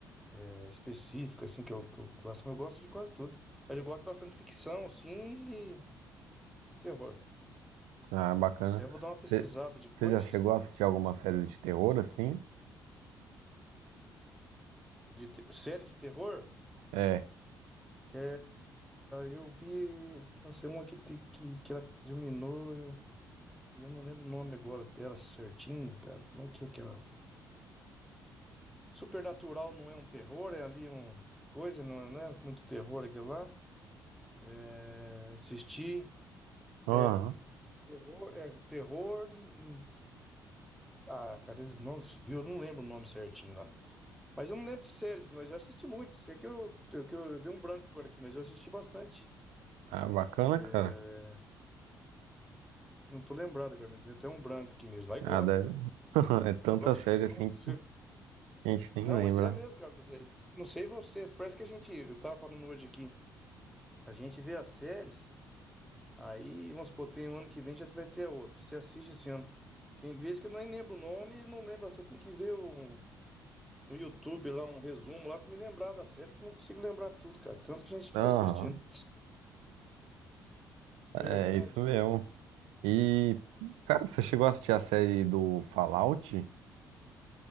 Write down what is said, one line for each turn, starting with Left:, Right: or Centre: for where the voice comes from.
Centre: é, específico assim que eu, que eu gosto, mas eu gosto de quase tudo. Mas eu gosto bastante de ficção, assim, e e terror.
Right: Ah, bacana.
Centre: Até vou dar uma pesquisada
Right: Você
Centre: depois.
Right: já chegou a assistir alguma série de terror assim?
Centre: De te- série de terror?
Right: É.
Centre: É, eu vi, não sei, uma que, te- que, que ela terminou eu- e eu, não lembro o nome agora dela certinho, cara. Como é que é aquela? Supernatural não é um terror, é ali um coisa, não é, não é muito terror aquilo lá. É, assisti.
Right: Aham.
Centre: É terror, é terror em. em- Ah, cara, eles- nossa, viu? Eu não lembro o nome certinho lá. Mas eu não lembro de séries, mas eu assisti muitos. É que eu, eu, que eu, eu dei um branco agora aqui, mas eu assisti bastante.
Right: Ah, bacana,
Centre: É,
Right: cara.
Centre: não tô lembrado agora, mas deu até um branco aqui mesmo. Mas
Right: Ah,
Centre: gosto,
Right: deve-
Centre: cara.
Right: <laughs> É tanta
Centre: Gosto
Right: série
Centre: de ficção.
Right: assim
Centre: Você-
Right: que a gente nem
Centre: Não,
Right: lembra.
Centre: mas é mesmo,
Right: né?
Centre: cara. Não sei, não sei vocês. Parece que a gente. Eu tava falando hoje aqui. A gente vê as séries, aí, vamos supor, tem um ano que vem já vai ter a outra. Você assiste esse ano. Tem vezes que eu nem lembro o nome, não lembro. assim, Eu tenho que ver um, no YouTube lá um resumo lá pra me lembrar da série, que eu não consigo lembrar tudo, cara. Tanto que a gente fica
Right: Aham.
Centre: assistindo. Verdade,
Right: É isso mesmo.
Centre: cara.
Right: E, cara, você chegou a assistir a série do Fallout?